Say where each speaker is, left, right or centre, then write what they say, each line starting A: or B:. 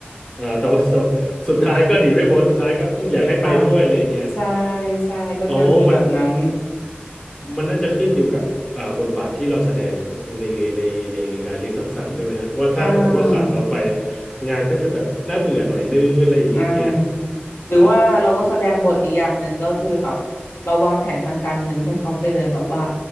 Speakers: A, on the left; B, on the left.
A: อ่าแต่ว่าแต่ว่าสุดท้ายก็หนีไม่พ้นสุดท้ายก็อืมอยากให้ไปด้วยอะไรอย่างเงี้ย
B: <laughs> อ่ะใช่ใช่ก็จะมีแบบนั้น
A: อ๋อมันมันน่าจะขึ้นอยู่กับอ่าบทบาทที่เราแสดงในในในงานเลี้ยงสังสรรค์ด้วยไหมฮะว่าถ้าสมมติว่าขาดเราไป
B: อ่า
A: งานก็จะแบบน่าเบื่อหน่อยนึงอะไรอย่างเงี้ย
B: อ่าหรือว่าเราก็แสดงบทอีกอย่างหนึ่งก็คือแบบเราวางแผนทางการเงินให้เขาไปเลยแบบว่า
A: อ๋อ